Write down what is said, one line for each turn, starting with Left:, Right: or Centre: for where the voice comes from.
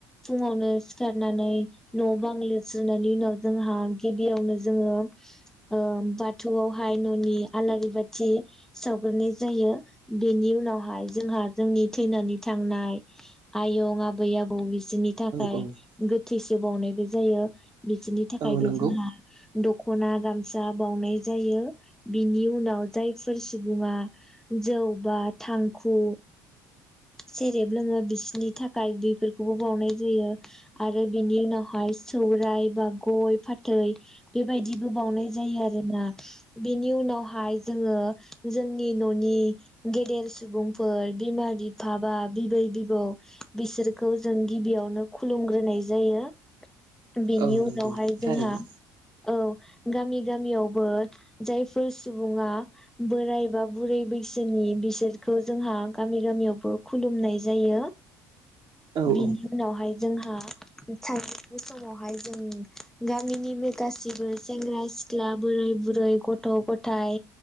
Centre: फुङावनो सिखारनानै न' बां लिस्रोननायनि उनाव जोंहा गिबियावनो जोङो ओ बाथौआवहाय न'नि सावग्रोनाय जायो बेनि उनावहाय जोंहा जोंनि थैनानै थांनाय आयं आबै आबौ बिसोरनि थाखाय
Right: औ
Centre: गोथैसि बावनायबो जायो बिसिनि थाखायबो
Right: औ नंगौ
Centre: जोंहा दख'ना गामसा बावनाय जायो बिनि उनाव जायफोर सुबुङा जौ बा थांखु सेरेब लोङो बिसिनि थाखाय बेफोरखौबो बावनाय जायो आरो बेनि उनावहाय सौराय बा गय फाथै बेबायदिबो बावनाय जायो आरोना बेनि उनाव हाय जोङो जोंनि न'नि गेदेर सुबुंफोर बिमा बिफा बा बिबै बिबौ बिसोरखौ जों गिबियावनो खुलुमग्रोनाय जायो बेनि
Right: औ
Centre: उनावहाय
Right: नंगौ थारैनो
Centre: जोंहा औ गामि गामियावबो जायफोर सुबुङा बोराय बा बुरै बैसोनि बिसोरखौ जोंहा गामि गामियावबो खुलुमनाय जायो
Right: औ
Centre: बिनि
Right: औ
Centre: उनावहाय जोंहा सानजौफु समावहाय जों गामिनिनो गासिबो सेंग्रा सिख्ला बोराय बुरै गथ' गथाय